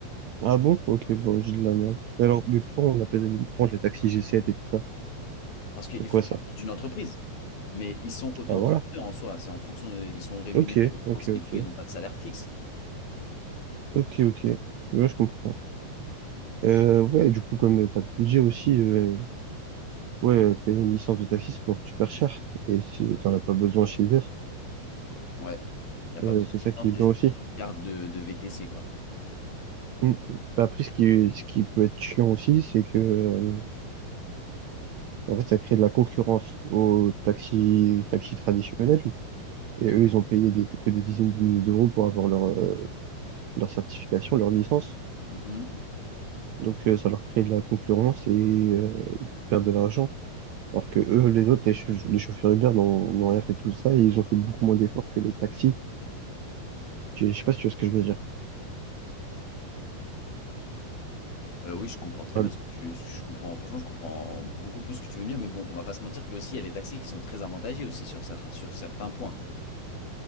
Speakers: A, on the right; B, on the left.
A: Ah bon? Ok, bon, j'ai de la merde. Mais alors, mais pourquoi on appelle les, pourquoi les taxis g sept et tout ça?
B: parce qu'ils
A: C'est
B: font
A: quoi
B: partie
A: ça?
B: d'une entreprise. Mais ils sont auto-entrepreneurs
A: Ah voilà.
B: en soi, c'est en fonction de, ils sont rémunérés
A: Ok,
B: aux
A: ok,
B: courses qu'ils
A: ok.
B: font, ils n'ont pas de salaire fixe.
A: Ok, ok. Ouais, je comprends. Euh, ouais, du coup, comme euh, t'as pu le dire aussi, euh, ouais, euh, payer une licence de taxi, ça coûte super cher. Et c'est- t'en as pas besoin chez Uber.
B: Ouais, il n'y a pas
A: Euh,
B: besoin
A: c'est
B: qu'ils
A: ça
B: tentent,
A: qui est
B: c'est
A: bien
B: juste
A: aussi.
B: une carte de, de VTC, quoi.
A: Mm. Bah, Après, ce qui, ce qui peut être chiant aussi, c'est que, euh, en fait, ça crée de la concurrence aux taxis, taxis traditionnels. Et eux, ils ont payé des, du coup des dizaines de milliers d'euros pour avoir leur, euh, leur certification, leur licence.
B: Mhm.
A: Donc euh, ça leur crée de la concurrence et euh, ils perdent de l'argent. Alors que eux, les autres, les, chauff- les chauffeurs Uber n'ont n'ont rien fait de tout ça et ils ont fait beaucoup moins d'efforts que les taxis. Je je sais pas si tu vois ce que je veux dire.
B: Euh, oui, je comprends très
A: Paul.
B: bien ce que tu, ce que je comprends. Franchement, je comprends beaucoup plus ce que tu veux me dire, mais bon, on va pas se mentir que aussi il y a les taxis qui sont très avantagés aussi sur, cer- sur certains points.